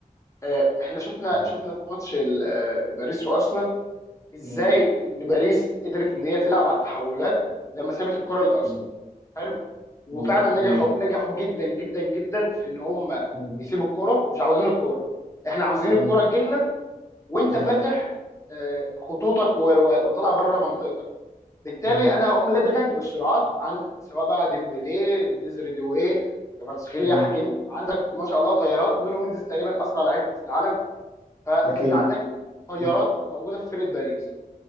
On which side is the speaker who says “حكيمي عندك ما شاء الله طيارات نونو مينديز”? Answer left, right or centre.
Left